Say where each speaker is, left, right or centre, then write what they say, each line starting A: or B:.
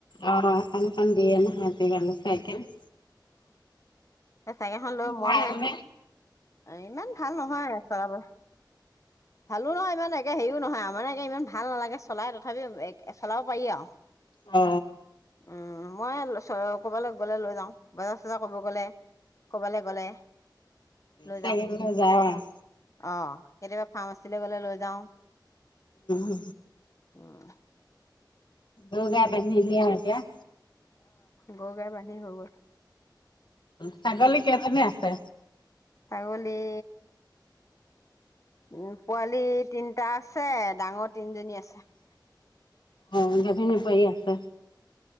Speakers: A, on the left; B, on the left.
A: অ আৰু এখনখন দিয়ে নহতে গো চাইকেল <unintelligible>
B: অ চাইকেলখন লৈ মইহে
A: ভাল নে?
B: ইমান ভাল নহয় চলাব ভালো নহয় ইমান একে হেৰিও নহয় আমাৰ একে ইমান ভাল নালাগে চলাই তথাপিও খেলাব পাৰি আৰু
A: অ
B: উম মই ক'বালে গলে লৈ যাওঁ বজাৰ চজাৰ কৰিব গ'লে কবালৈ গলে লৈ
A: চাইকেল
B: যাও
A: যাওঁ আৰু
B: অ কেতিয়াবা খ মাছলে গলে লৈ যাওঁ
A: উম।
B: অঁ
A: দগা পানি‌ দিলে আৰু এতিয়া
B: গৰু গাই বানী হব
A: ছাগলী কেইজনী আছে
B: আগলি উম পোৱালি তিনটা আছে ডাঙৰ তিনিজনী আছে
A: অ গাবিনো উপায় আছে